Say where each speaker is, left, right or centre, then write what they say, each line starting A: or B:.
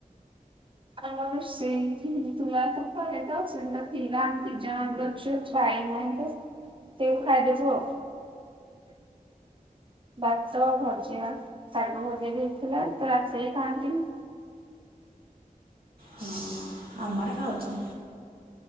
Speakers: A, on the right; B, on the right.
A: ଆମର ସେଇ <unintelligible> <unintelligible> ଖାଇଦବୁ ଆଉ। ଭାତ ଭଜା ଶାଗ ଭଯା ବି ହେଇଥିଲା ତ ରାତି ରେ ଖାଆନ୍ତି ନି।
B: ହଁ ଆମ ଆଡେ ଖାଉଚୁ।